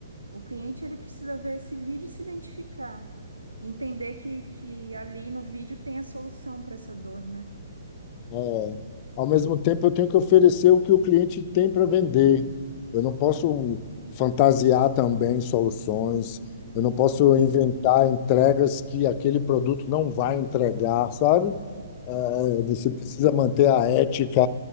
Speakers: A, on the right; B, on the left.
A: O cliente, ele precisa ver esse vídeo e se identificar, entender que, que ali no vídeo tem a solução para essa dor, né?
B: É, ao mesmo tempo, eu tenho que oferecer o que o cliente tem para vender. Eu não posso fantasiar também soluções, eu não posso
A: Sim.
B: inventar entregas que aquele produto não vai entregar, sabe? É, você precisa manter a ética,